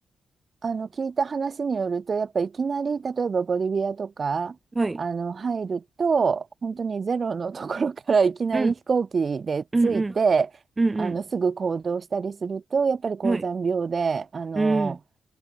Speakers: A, on the right; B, on the right.
A: あの、聞いた話によると、やっぱいきなり、例えばボリビアとか、
B: はい、
A: あの、入ると、本当にゼロのところからいきなり飛行機で着いて、
B: うん、うん、うん、
A: あの、
B: うん、
A: すぐ行動したりすると、やっぱり高山病で、
B: うん、はい、
A: あの、
B: うん、